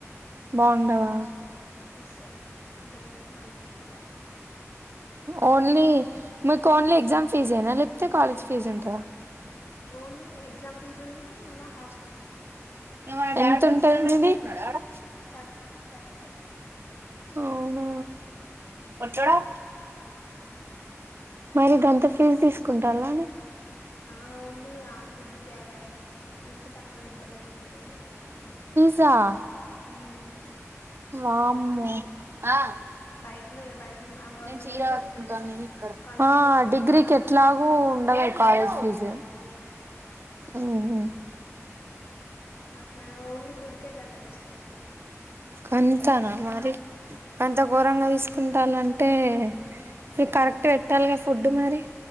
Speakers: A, on the right; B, on the left.
A: బాగుండవా
B: అస్సలు అంత గలీజ్ గలిజ్ చెత్తారు
A: ఓన్లీ మీకు ఓన్లీ ఎగ్జామ్ ఫీజ్ ఏనా లేకపోతే కాలేజ్ ఫీజు ఉంటందా
B: ఓన్లీ ఎగ్జామ్ ఫీజు ఉన్నా మళ్ళా హాస్టల్ ఫీజు
A: ఎవడు <unintelligible>
B: థటీ తర్టీ ఫైవ్
A: అవునా పచ్చడా మరి గంత ఫీజు తీసుకుంటాలనే
B: ఆవును ది ఆ ఫుడ్ కె అది అయినా అంత చక్కగా పెడతలేరెందే
A: చ
B: హమ్
A: వామో అ
B: బయటనే ఇగ బయట గవర్నమెంట్
A: నే చీరకట్టుకుంటున్న
B: నుంచి వత్తది
A: ఇక్కడ
B: స్కాలర్షిప్ వత్తయి కదా
A: డిగ్రీకి
B: మనకు
A: ఎట్లాగ ఉండదు కాలేజ్ ఫీజు
B: అదే అదే
A: హు హమ్
B: అట్లా ఓన్లీ ఫుడ్కే దాంత తీసుకుంటాడ్రు వాడు
A: అంతనా మరి అంత ఘోరంగా తీసుకుంటాలంటే మీ కరెక్ట్ పెట్టాలిగా ఫుడ్ మరి